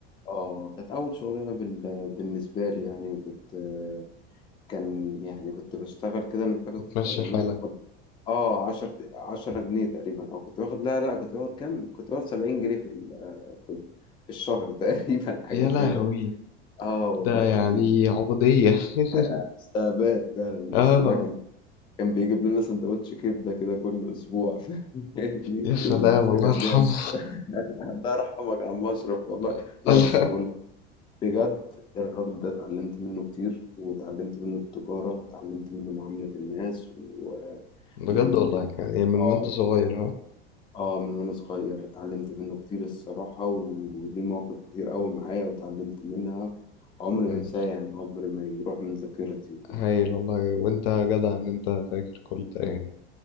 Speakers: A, on the left; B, on the left.
A: اه كانت اول شغلانه بال- بالنسبه لي يعني وكنت آه، كان يعني كنت بشتغل كده انا فاكر كنت
B: تمشي
A: ايامها
B: حالك
A: باخد اه 10 10 جنيه تقريبا او كنت باخد لا لا كنت باخد كام كنت باخد 70 جنيه في ال- آه، في في الشهر <laughs> تقريبا حاجه
B: يا لهوي
A: كده اه والله
B: ده يعني
A: العظيم
B: عبوديه <laughs>
A: استعباد فعلا
B: اه
A: بس لا كان كان بيجيب لنا سندوتش كبده كده كل اسبوع <laughs> فاهمني
B: يا سلام الله
A: كان
B: يرحمه
A: بيعمل <laughs> الله يرحمك يا عم اشرف والله
B: <laughs>
A: لا
B: الله
A: بس بقول لك بجد الراجل ده اتعلمت منه كتير واتعلمت منه التجاره واتعلمت منه معامله الناس ومن
B: بجد والله
A: من
B: كان يعني من
A: اه
B: وانت صغير
A: اه
B: ها
A: آه، من وانا صغير اتعلمت منه كتير الصراحه وليه مواقف كتير قوي معايا واتعلمت منها عمري
B: هايل
A: ما انساه يعني عمري ما يروح من ذاكرتي وكده
B: هايل والله وانت جدع ان انت فاكر كل ده يعني